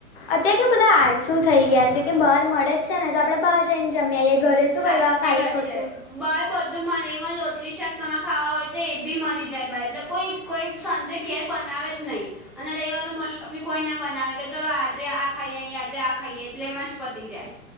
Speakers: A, on the left; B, in the centre.
A: અત્યારે કે બધા આડ શું થઈ ગયા છે કે બાર મળે જ છે ને તો આપડે બહાર જઈન જમ્યા આઈ એ ઘરે
B: સાચી
A: શું કરવા ખાલી
B: વાત
A: ખોટુ
B: છે બાર બધું મને રોટલી શાક તમાર ખાવા હોય તો એ બી મળી જાય બા એટલે કોઈ કોઈ સાંજે ઘેર બનાવે જ નહીં. અને રહી વાત મોસ્ટ ઓફલી કોઈ ના બનાવે કે ચલો આજે આ ખાઈએ આજે આ ખાઈએ એટલે એમ જ પતી જાય